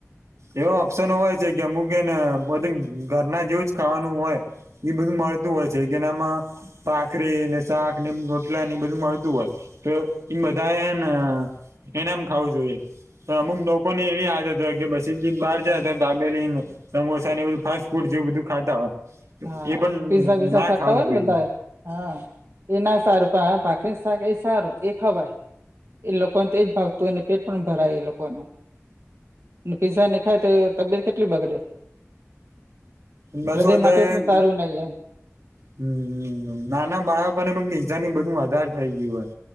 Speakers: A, on the right; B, on the right.
A: એવા ઓપ્શન હોય છે કે અમુક એને બધ ઘરના જેવું જ ખાવાનું હોય એ બધું મળતું હોય છે કેનામાં ભાખરી ને શાક ને રોટલા ને એ બધું મળતું હોય તો એ બધાને એને એમ ખાવું જોઈએ તો અમુક લોકો ને એવી આદત હોય કે પછી બહાર જાય તો ધાબેલીને સમોસા ને એ બધું ફાસ્ટ ફૂડ જેવું બધું ખાતા હોય
B: હા
A: એ પણ
B: પિઝા બીઝા
A: ના
B: ખતા
A: ખાવું
B: હોય
A: જોઈએ
B: ને બધાય હા એ ના સારું પણ ભાખરી એ સારું એ ખવાય એ લોકોને તેજ ભાવતુ હોયને પેટ પણ ભરાય એ લોકોનું પીઝા ને ખાય તો એ તબિયત કેટલી બગડે
A: પાછું
B: હૃદય
A: અત્યારે
B: માટે પણ સારું નહી એમ
A: હમ્મ નાના બાળકો ને પણ નિજા ની બધું વધાર થઇ ગયું હોય